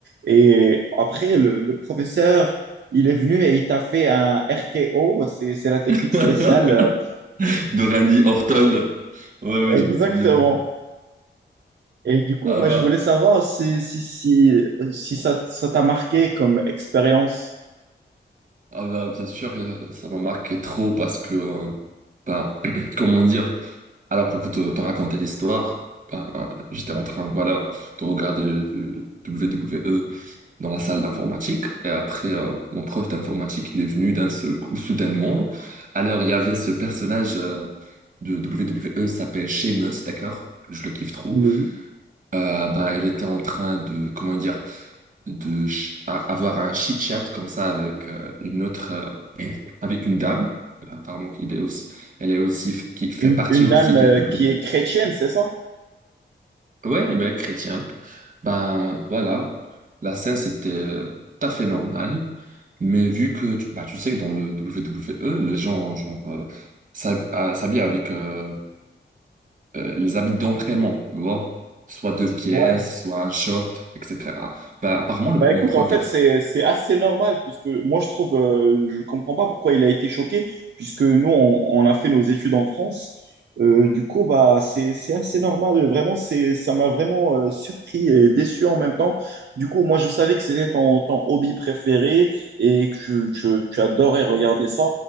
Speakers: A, on the right (about 60°); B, on the right (about 45°).
A: et après, le le professeur il est venu et il t'a fait un RKO, c'est c'est la technique
B: <laughs>
A: spéciale. euh,
B: De Randy Orton. Ouais, ouais,
A: Exactement.
B: je me souviens.
A: Et du coup,
B: Ah
A: bah,
B: bah.
A: je voulais savoir si, si, si, si ça, ça t'a marqué comme expérience.
B: Ah bah, bien sûr, euh, ça m'a marqué trop parce que, euh, ben, <clears throat> comment dire, alors pour te, te raconter l'histoire, ben, j'étais en train, voilà, de regarder le, le WWE dans la salle d'informatique. Et après, euh, mon prof d'informatique, il est venu d'un seul coup, soudainement. Alors, il y avait ce personnage euh, de WWE, il s'appelle Sheamus, d'accord? Je le kiffe trop.
A: Oui.
B: Euh, ben, il était en train de, comment dire, de ch- a- avoir un chit-chat comme ça avec euh, une autre, euh, avec une dame, apparemment qui est aussi, elle est aussi, f- qui fait
A: Une,
B: partie
A: une
B: aussi
A: dame
B: de,
A: euh,
B: de
A: qui
B: Bruno.
A: est chrétienne, c'est ça?
B: Ouais, ben, chrétienne. Ben voilà, la scène c'était euh, tout à fait normal, mais vu que, tu- bah, tu sais, que dans le WWE, les gens genre, euh, s'hab- euh, s'habillent avec euh, euh, les habits d'entraînement, tu vois, soit deux pièces,
A: Ouais.
B: soit un short, etc. Bah, apparemment, le-
A: Bah écoute,
B: mon prof
A: en fait, c'est, c'est assez normal, puisque moi, je trouve, euh, je comprends pas pourquoi il a été choqué, puisque nous, on, on a fait nos études en France. Euh, du coup, bah, c'est, c'est assez normal. Vraiment, c'est, ça m'a vraiment euh, surpris et déçu en même temps. Du coup, moi, je savais que c'était ton, ton hobby préféré et que tu, tu, tu adorais regarder ça.